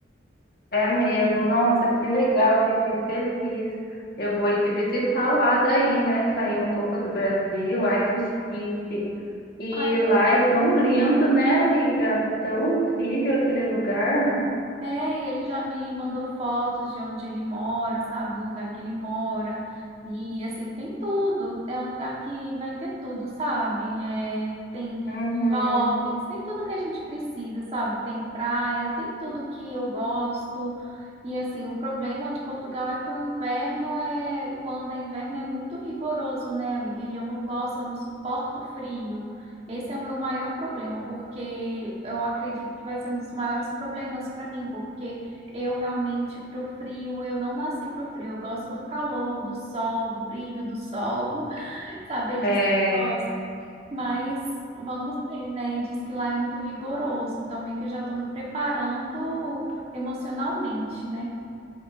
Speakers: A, on the left; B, on the right.
A: é mesmo. Nossa, que legal, fiquei feliz. Eu vou ir te visitar lá daí, né? Sair um pouco do Brasil. Ai, que chique. E
B: Ai,
A: lá é tão lindo, né, amiga? Tão incrível aquele lugar.
B: É, e ele já me mandou fotos de onde ele mora, sabe, do lugar que ele mora. E assim, tem tudo. É um lugar que vai ter tudo, sabe? É, tem
A: Uhum.
B: shoppings, tem tudo que a gente precisa, sabe? Tem praia, tem tudo que eu gosto. E assim, o problema de Portugal é que o inverno é, quando é inverno é muito rigoroso, né, amiga? E eu não gosto, eu não suporto frio. Esse é o meu maior problema, porque eu acredito que vai ser um dos maiores problemas para mim, porque eu realmente pro frio, eu não nasci pro frio, eu gosto do calor, do sol, do brilho do sol, <laughs> sabe? É
A: É,
B: disso que eu gosto. Mas vamos ver, né? E diz que lá é muito rigoroso, então meio que eu já estou me preparando emocionalmente, né?